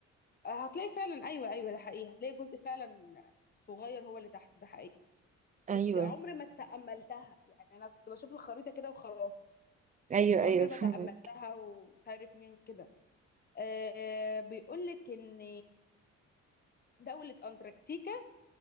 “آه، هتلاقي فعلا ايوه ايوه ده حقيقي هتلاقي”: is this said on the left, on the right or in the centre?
Left